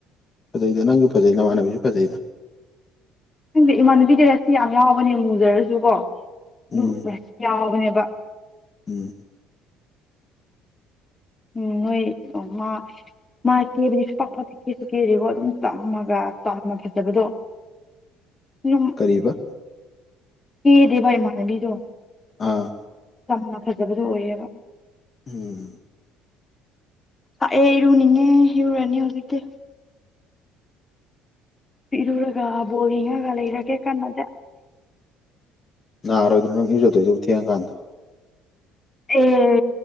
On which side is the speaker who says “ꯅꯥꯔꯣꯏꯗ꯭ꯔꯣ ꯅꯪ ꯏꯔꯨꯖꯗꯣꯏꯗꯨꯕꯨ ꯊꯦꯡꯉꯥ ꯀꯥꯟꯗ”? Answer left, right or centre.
Left